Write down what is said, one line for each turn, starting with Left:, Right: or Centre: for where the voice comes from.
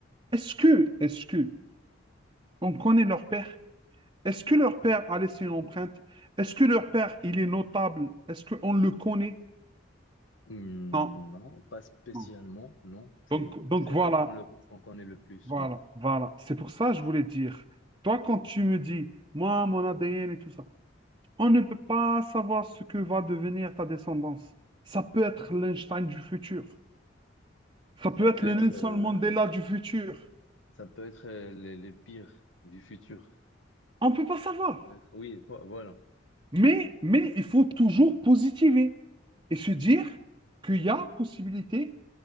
Right: est-ce que, est-ce que, on connaît leur père? Est-ce que leur père a laissé une empreinte? Est-ce que leur père, il est notable? Est-ce qu'on le connaît?
Left: Hmm,
Right: Non,
Left: Non, pas spécialement,
Right: non.
Left: non. C'est,
Right: Donc, donc
Left: c'est
Right: voilà,
Left: eux qu'on le, qu'on connaît le plus,
Right: voilà,
Left: oui.
Right: voilà. C'est pour ça que je voulais dire, toi, quand tu me dis, moi, mon ADN et tout ça, On ne peut pas savoir ce que va devenir ta descendance. Ça peut être l'Einstein du futur. Ça peut
Left: Ça peut
Right: être
Left: être,
Right: le Nelson
Left: euh,
Right: Mandela du futur.
Left: ça peut être euh, les, les pires du futur.
Right: On ne peut pas savoir.
Left: Ça peut être- oui, vo- voilà.
Right: Mais, mais il faut toujours positiver et se dire qu'il y a possibilité